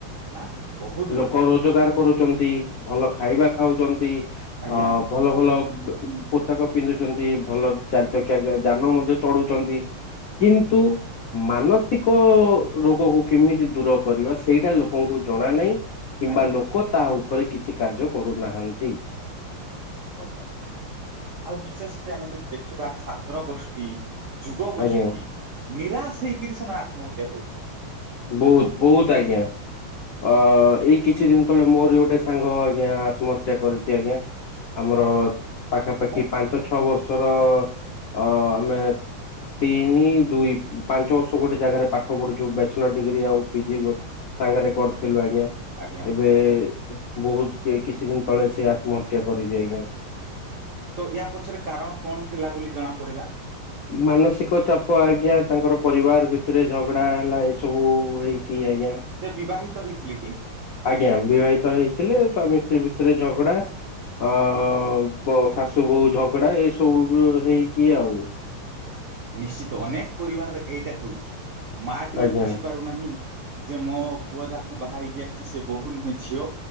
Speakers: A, on the right; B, on the left.
A: ନାହିଁ ବହୁତ
B: ଲୋକ
A: ବଢିଆ କଥା ଟି
B: ରୋଜଗାର କରୁଛନ୍ତି ଭଲ ଖାଇବା ଖାଉଛନ୍ତି
A: ଆଜ୍ଞା
B: ଅ ଭଲ ଭଲ ୱ ବ ପୋଷାକ ପିନ୍ଧୁଛନ୍ତି। ଭଲ ଚାରି ଚକିଆ ଯାନ ମଧ୍ୟ ଚଢୁଛନ୍ତି କିନ୍ତୁ ମାନସିକ ରୋଗକୁ କେମିତି ଦୂର କରିବା ସେଇଟା ଲୋକଙ୍କୁ ଜଣା ନାହିଁ। କିମ୍ବା
A: ଆଜ୍ଞା
B: ଲୋକ ତା ଉପରେ କିଛି କାର୍ଯ୍ୟ କରୁନାହାନ୍ତି।
A: ଆଉ ବିଶେଷ କରି ଆମେ ଯଦି ଦେଖିବା ଛାତ୍ର ଗୋଷ୍ଠୀ ଯୁବ ଗୋଷ୍ଠୀ
B: ଆଜ୍ଞା।
A: ନିରାଶ ହେଇକରି ସେମାନେ ଆତ୍ମହତ୍ୟା କରୁଛନ୍ତି।
B: ବହୁତ ବହୁତ ଆଜ୍ଞା। ଅ ଏଇ କିଛି ଦିନ ତଳେ ମୋର ଗୋଟେ ସାଙ୍ଗ ଆଜ୍ଞା ଆତ୍ମହତ୍ୟା କରିଛି ଆଜ୍ଞା। ଆମର ପାଖାପାଖି
A: କଣ
B: ପାଞ୍ଚ ଛଅ ବର୍ଷର ଅ <unintelligible> ତିନି ଦୁଇ ପାଞ୍ଚ ବର୍ଷ ଗୋଟେ ଜାଗାରେ ପାଠ ପଢୁଛୁ ବ୍ୟାଚ୍ ଡିଗ୍ରୀ ଆଉ ପିଜି ସାଙ୍ଗରେ କରୁଥିଲୁ ଆଜ୍ଞା
A: ଆଜ୍ଞା।
B: ଏବେ ବହୁତ କିଛି ଦିନ ତଳେ ସେଇ ଆତ୍ମହତ୍ୟା କରିଛି ଆଜ୍ଞା।
A: ତ ୟା ପଛରେ କାରଣ କଣ ଥିଲା ବୋଲି ଜଣା ପଡିଲା?
B: ମାନସିକ ଚାପ ଆଜ୍ଞା ତାଙ୍କର ପରିବାର ଭିତରେ ଝଗଡା ହେଲା ଏସବୁ ହେଇକି ଇ ଆଜ୍ଞା।
A: ସେ ବିବାହିତ ହେଇଥିଲେ କି?
B: ଆଜ୍ଞା ବିବାହିତ ହେଇଥିଲେ ସ୍ଵାମୀ ସ୍ତ୍ରୀ ଭିତରେ ଝଗଡା ଅ ବ ଶାଶୁ ବୋଉୂ ଝଗଡା ଏ ସବୁ ହେଇକି ଆଉ
A: ନିଶ୍ଚିତ ଅନେକ ପରିବାରରେ ଏଇଟା ହଉଛି ମା ଟିଏ
B: ଆଜ୍ଞା
A: ବୁଝିପାରୁନାହିଁ ଯେ ମୋ ପୁଅ ଯାହାକୁ ବାହା ହେଇକି ଆସିଛି ସେ ବୋହୁ ନୁହେଁ ଝିଅ